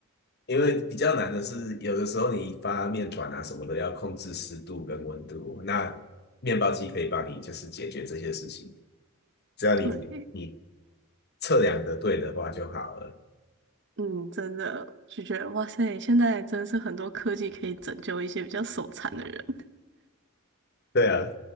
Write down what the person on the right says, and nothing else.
对，
嗯，真的就觉得哇塞，现在真的是很多科技可以拯救一些比较手残的人。